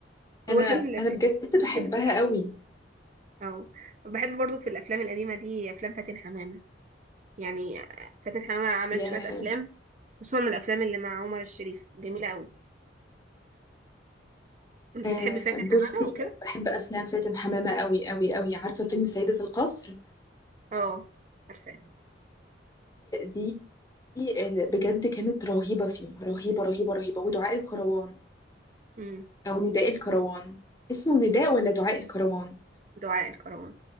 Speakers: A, on the right; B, on the left.
A: هو
B: انا
A: الفيلم لذيذ
B: انا بجد بحبها
A: لذيذ طبعا
B: قوي
A: اه بحب برضو في الافلام القديمه دي افلام فاتن حمامه يعني فاتن حمامه عملت
B: يا
A: شويه افلام خصوصا من الافلام اللي مع عمر الشريف جميله قوي كنت
B: آه
A: بتحبي فاتن
B: بصي
A: حمامه وكده
B: بحب افلام فاتن حمامه قوي قوي قوي عارفه فيلم سيده القصر
A: اه عارفاه
B: دي دي آه، بجد كانت رهيبه فيه رهيبه رهيبه رهيبه ودعاء الكروان
A: امم
B: او نداء الكروان اسمه نداء ولا دعاء الكروان
A: دعاء الكروان